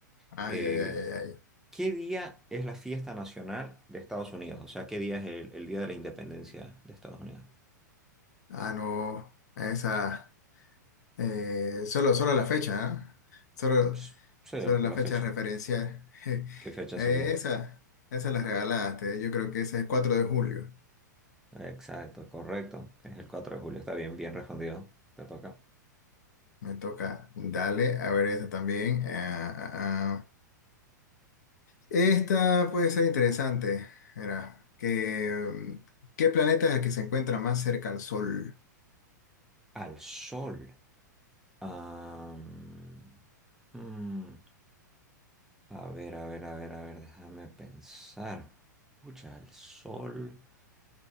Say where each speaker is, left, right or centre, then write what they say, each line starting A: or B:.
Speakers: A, on the left; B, in the centre.
A: Ay,
B: Eh,
A: ay, ay, ay, ay.
B: ¿qué día es la fiesta nacional de Estados Unidos? O sea, ¿qué día es el, el día de la independencia de Estados Unidos?
A: Ah, no. Esa. eh, solo, solo la fecha, ¿ah? Solo,
B: Ps, Sí,
A: solo la
B: la
A: fecha
B: fecha.
A: referencial. <laughs>
B: ¿Qué fecha sería?
A: Eh, esa, esa la regalaste. Yo creo que esa es 4 de julio.
B: Exacto, correcto. Es el 4 de julio. Está bien, bien respondido. Te toca.
A: Me toca. Dale, a ver esa también. Ah, ah, ah. Esta puede ser interesante. Era que, mm, ¿qué planeta es el que se encuentra más cerca al Sol?
B: Al sol. Am, mm, a ver, a ver, a ver, a ver, déjame pensar. Escucha, al sol